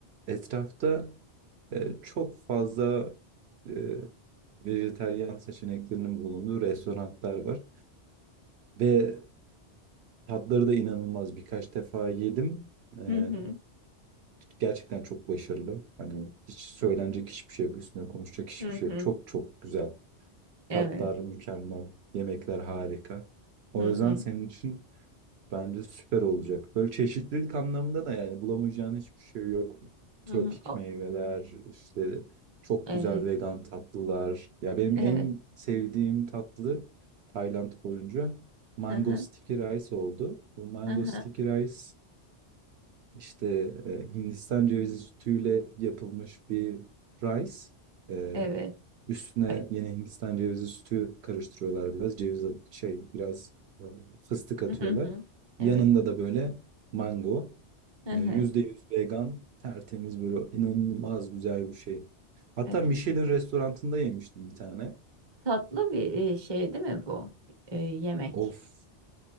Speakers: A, on the right; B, on the right.
A: etrafta e, çok fazla e, vejetaryen seçeneklerinin bulunduğu restoranlar var. Ve tatları da inanılmaz. Birkaç defa yedim. E,
B: Hı hı.
A: gerçekten çok başarılı. Hani hiç söylenecek hiçbir şey yok. Üstüne konuşacak hiçbir
B: Hı hı.
A: şey yok. Çok çok güzel.
B: Evet.
A: Tatlar mükemmel. Yemekler harika. O
B: Hı
A: yüzden
B: hı.
A: senin için Bence süper olacak. Böyle çeşitlilik anlamında da yani bulamayacağın hiçbir şey yok. Tropik
B: Hı hı. O-
A: meyveler, işte çok
B: Evet,
A: güzel vegan tatlılar. Ya benim
B: evet.
A: en sevdiğim tatlı Tayland boyunca mango
B: Hı hı.
A: sticky rice oldu. Bu mango
B: Hı hı.
A: sticky rice işte e, Hindistan cevizi sütüyle yapılmış bir rice. E,
B: Evet.
A: üstüne
B: Ay,
A: yine Hindistan cevizi sütü karıştırıyorlar biraz. Ceviz at- şey biraz e, fıstık atıyorlar.
B: Hı hı. Evet.
A: Yanında da böyle mango.
B: Hı
A: E,
B: hı.
A: yüzde yüz vegan, tertemiz böyle inanılmaz güzel bir şey. Hatta
B: Evet.
A: Michelin restorantında yemiştim bir tane.
B: Tatlı bir e, şey değil mi bu? E, yemek.
A: Of.